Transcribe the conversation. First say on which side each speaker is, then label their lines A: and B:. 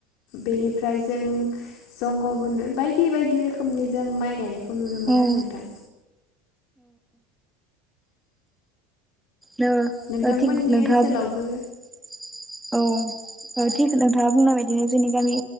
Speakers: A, on the left; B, in the centre.
A: बेनिफ्राय जों जंग' बन्द बायदि बायदि रोखोमनि जों माइ गायनायखौ नुनो मोनो।
B: औ
A: आरो नोंथां
B: नो
A: नोंथांमोननि
B: थिग नोंथाङा
A: ओनसोलावबो
B: <inaudible> औ थिग नोंथाङा बुंनाय बायदिनो जोंनि गामि